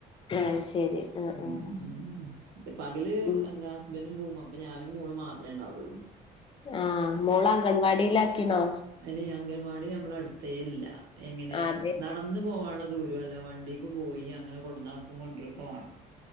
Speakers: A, on the left (about 30°); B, on the right (about 80°).
A: അത് ശരി ആഹ്
B: ഉം
A: ആഹ്
B: ഉം പകല്
A: ഉം
B: എന്താ ഹസ്ബന്റും പോവും അപ്പൊ ഞാനും മോള് മാത്രേ ണ്ടാവുള്ളൂ
A: ആഹ് മോള അംഗൺവാടിയിലാക്കിണോ
B: അയ്ന് ഇ അംഗൽവാടി നമ്മള അടുത്തേല്ല എങ്ങനെ
A: അതെ
B: നട ന്ന് പോവാള്ള ദൂരൊല്ല വണ്ടിക്ക് പോയി അങ്ങനെ കൊടുന്നാക്കും കൊണ്ട്രോക്കെ വാണം